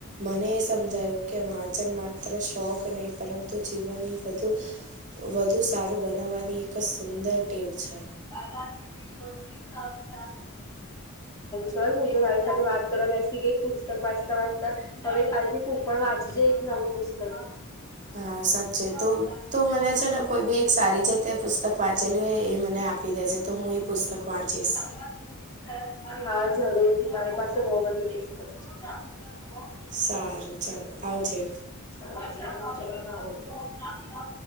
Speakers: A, on the right; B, on the left.
A: મને એ સમજાયું કે, વાંચન માત્ર શોખ નહી, પરંતુ જીવનની વધુ... વધુ સારું બનાવવાની એક જ સુંદર ટેવ છે.
B: દા <inaudible> હા સાચી વાત છે તારી, ચલ! હું તો તારી સાથે વાત કરવા બેસી ગઈ. પુસ્તક વાંચતા-વાંચતા. હવે, કાલથી તું પણ વાંચજે. એક નવું પુસ્તક. શ
A: હા સાચે
B: રાખુના
A: તું તું મને
B: <inaudible>
A: કોઈ ભી એક સારી જે તે પુસ્તક વાંચેલી હોય એ મને આપી દેજે, તો હું એ પુસ્તક વાંચીશ.
B: હા, જરૂર થી મારી પાસે બહુ બધી પુસ્તક છે.
A: સારું ચાલ આવજે.
B: હા, સારું ચલો આવજો.